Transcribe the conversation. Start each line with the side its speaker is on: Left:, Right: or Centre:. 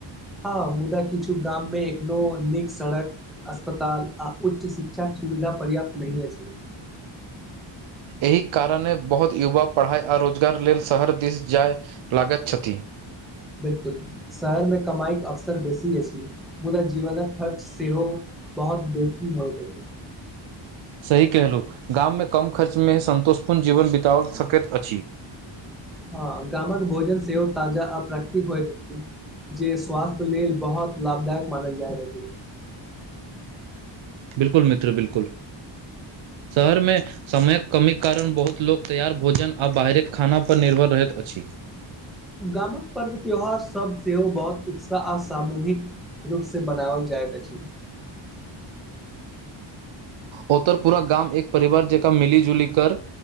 Centre: हँ मुदा किछु गाममे एखनो नीक सड़क अस्पताल आ उच्च शिक्षाक सुविधा पर्याप्त नहि अछि
Right: एहि कारणे बहुत युवा पढ़ाइ आ रोजगार लेल शहर दिस जाय लागैत छथि
Centre: बिल्कुल शहर मे कमाई के अवसर बेसी अछि मुदा जीवनक खर्च सेहो बहुत बेसी होय त
Right: सही कहलु गाममे कम खर्चमे सन्तोषपूर्ण जीवन बितावल सकैत अछि
Centre: हँ गामक भोजन सेहो ताजा आ प्राकृतिक होयत अछि जे स्वास्थ्य लेल बहुत लाभदायक मानल जायत अछि
Right: बिल्कुल मित्र बिल्कुल शहरमे समयक कमी कारण बहुत लोक तैयार भोजन आ बाहरी खाना पर निर्भर रहैत अछि
Centre: गामक पर्व त्योहार सब सेहो बहुत उत्साह आ सामूहिक रूप से मनावल जाइत अछि
Right: ओ तर पुरा गाम एक परिवार जेका मिलि जुलि कर